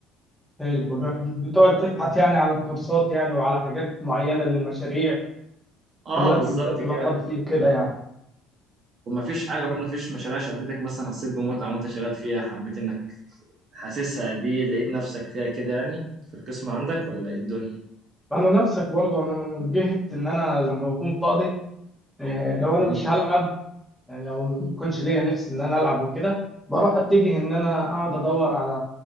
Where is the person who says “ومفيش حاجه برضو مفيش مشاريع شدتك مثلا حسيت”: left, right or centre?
Right